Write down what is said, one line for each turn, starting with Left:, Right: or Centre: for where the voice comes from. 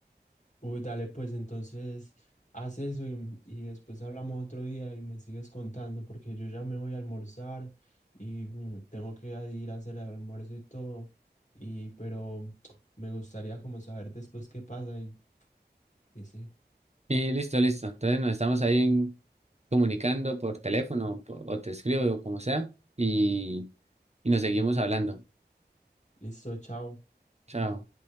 Left: Uy, dale, pues entonces haz eso y, y después hablamos otro día y me sigues contando porque yo ya me voy a almorzar y mm, tengo que ir a hacer el almuerzo y todo. Y pero <tsk> me gustaría como saber después qué pasa y y sí
Right: Y listo, listo. Entonces nos estamos ahí en- comunicando por teléfono por- o te escribo o como sea y, y nos seguimos hablando.
Left: listo, chao.
Right: Chao.